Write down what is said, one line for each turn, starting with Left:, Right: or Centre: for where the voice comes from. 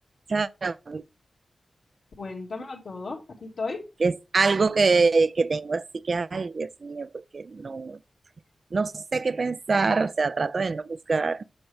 Right: ¿sabes?
Left: Cuéntamelo todo. Aquí estoy.
Right: Que es algo que, que tengo así que, ay, Dios mío, porque no, no sé qué pensar, o sea, trato de no buscar,